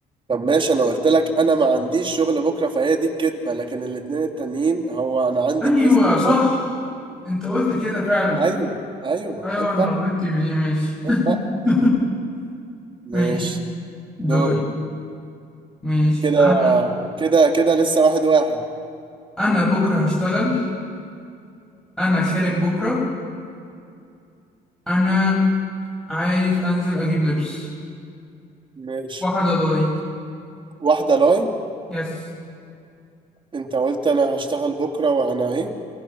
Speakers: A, on the right (about 30°); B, in the centre.
A: طب ماشي انا قلت لك انا ما عنديش شغل بكره فهي دي الكدبه لكن الاتنين التانيين هو انا عندي
B: ايوه
A: كويز بكره
B: صح انت قلت كده فعلا
A: ايوه ايوه
B: ايوه
A: عيب
B: انا
A: بقى
B: غلطت فيه ماشي
A: عيب
B: <laughs>
A: بقى ماشي
B: ماشي
A: دورك
B: دوري ماشي
A: كده
B: انا
A: كده كده لسه واحد واحد
B: انا بكره هشتغل انا خارج بكره انا عايز انزل اجيب لبس
A: ماشي
B: واحدة لاي
A: واحده لاي
B: يس
A: انت قلت انا هشتغل بكره وانا ايه